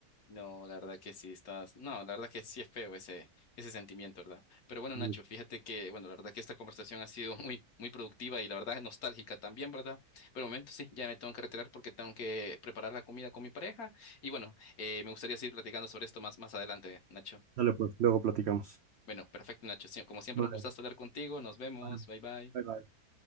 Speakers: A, on the left; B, on the right.
A: No, la verdad que sí estás. No, la verdad que sí es feo ese, ese sentimiento, ¿verdad? Pero bueno, Nacho,
B: Y
A: fíjate que, bueno, la verdad que esta conversación ha sido <laughs> muy, muy productiva y la verdad nostálgica también, ¿verdad? Pero de momento sí, ya me tengo que retirar porque tengo que preparar la comida con mi pareja. Y bueno, eh, me gustaría seguir platicando sobre esto más, más adelante, Nacho.
B: Dale, pues, luego platicamos.
A: Bueno, perfecto, Nacho. Sie- Como siempre,
B: Vale,
A: un gustazo hablar contigo. Nos vemos.
B: vale.
A: Bye bye.
B: Bye, bye.